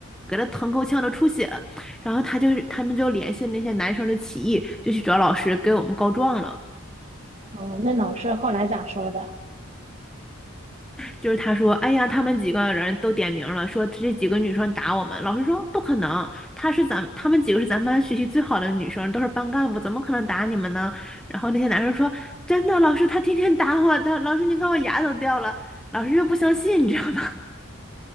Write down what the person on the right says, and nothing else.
哦，那老师后来咋说的？